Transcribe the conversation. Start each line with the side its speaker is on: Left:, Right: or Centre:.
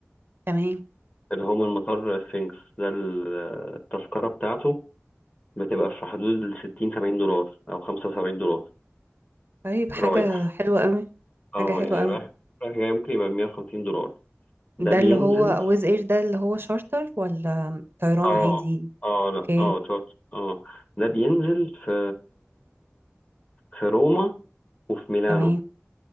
Right: تمام
Left: اللي هو من مطار سفنكس ده ال- التذكرة بتاعته بتبقى في حدود ال 60 70 دولار أو 75 دولار
Right: طيب حاجة
Left: رايح
Right: حلوة قوي
Left: اه
Right: حاجة حلوة
Left: يعني
Right: قوي
Left: رايح رايح جاي ممكن يبقى 150 دولار ده
Right: ده
Left: بينزل
Right: اللي هو ويز اير ده اللي هو شارتر ولا طيران
Left: اه
Right: عادي
Left: اه لا
Right: اوكي
Left: اه تشارت اه ده بينزل في في روما وفي ميلانو
Right: تمام